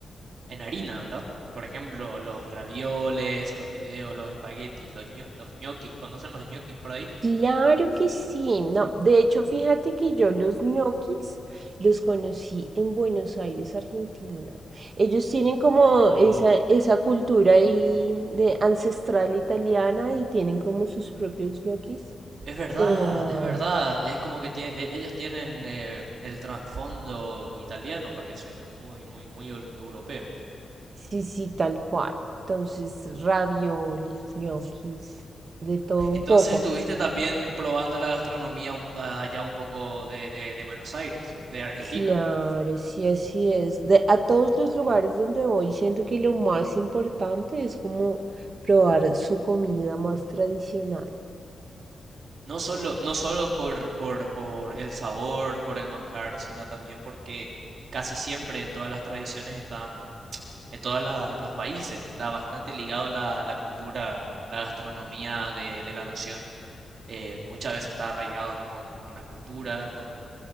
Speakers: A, on the right (about 60°); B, on the right (about 40°).
A: en harina, ¿verdad? Por ejemplo, los ravioles, los fideos, los espaguetis, los, ño- los ñoquis. ¿Conocen los ñoquis por ahí?
B: Claro que sí, no. De hecho, fíjate que yo los ñoquis los conocí en Buenos Aires, Argentina. Ellos tienen como
A: Oh.
B: esa, esa cultura ahí de ancestral italiana y tienen como sus propios ñoquis.
A: Es verdad,
B: Pero
A: es verdad. Es como que tie- e- ellos tienen eh, el trasfondo italiano, parece, eh, muy, muy, muy eu- europeo.
B: Sí, sí, tal cual. Entonces, raviolis, ñoquis, de todo
A: <laughs>
B: un
A: Entonces
B: poco.
A: estuviste también probando la gastronomía un pa- allá un poco de, de- de Buenos Aires, de Argentina.
B: Claro, sí, así es. De, a todos los lugares donde voy, siento que lo más importante es como probar su comida más tradicional.
A: No solo, no solo por, por, por el sabor, por el manjar, sino también porque casi siempre en todas las tradiciones están, en todos los países, está bastante ligado la, la cultura, la gastronomía de, de la nación eh, muchas veces está arraigado con, con la cultura, con,